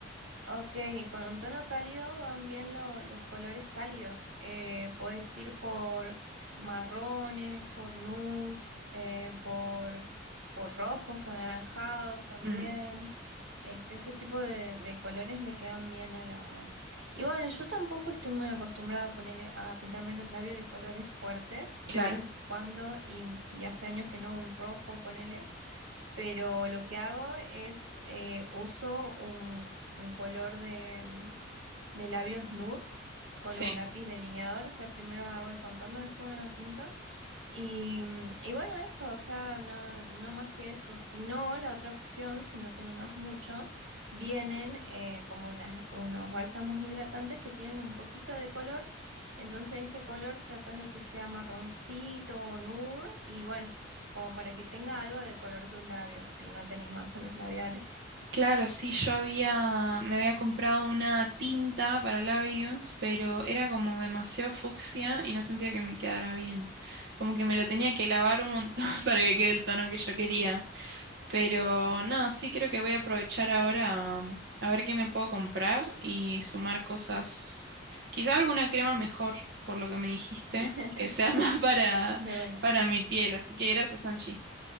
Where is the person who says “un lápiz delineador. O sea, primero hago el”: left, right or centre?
Right